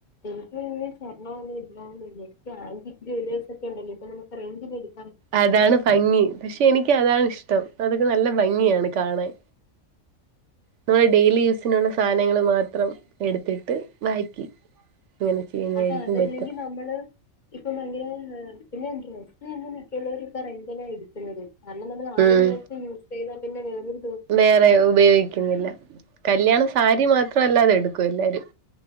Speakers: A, on the left; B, on the right.
A: എനക്ക്പിന്നെ സ്വർണം ഒന്നും ഇല്ലാരുന്നെല്ലോ എനിക്ക് ആന്റിക്ക് ജ്വല്ലറ്സ് ഒക്കെ ഉണ്ടല്ലോ ഇപ്പൊ നമുക്ക് റെൻഡിന് എടുക്ക
B: അതാണ് ഭംഗി പക്ഷെ എനിക്ക് അതാണ് ഇഷ്ടം അതൊക്കെ നല്ല ഭംഗിയാണ് കാണാൻ നമ്മുടെ ഡെയിലി യൂസിനുള്ള സാധനങ്ങള് മാത്രം എടുത്തിട്ട് ബാക്കി അങ്ങനെ ചെയ്യുന്നായിരിക്കും
A: അത് അതല്ലെങ്കിൽ
B: ബെറ്റർ
A: നമ്മള് ഇപ്പൊ ഭയങ്കര പിന്നെ ഡ്രസ് തന്നെ മിക്കഉള്ളവരും ഇപ്പോ റെൻ്റിനാ എടുക്കുന്നത് കാരണം നമ്മൾ ആ
B: ഉം
A: ഒരു ദിവസം യൂ ത് കഴിഞ്ഞപിന്നെവെറും
B: വേറെ ഉപയോഗിക്കുന്നില്ല കല്യാണം സാരി മാത്രംല്ലാതെ എടുക്കും എല്ലാരും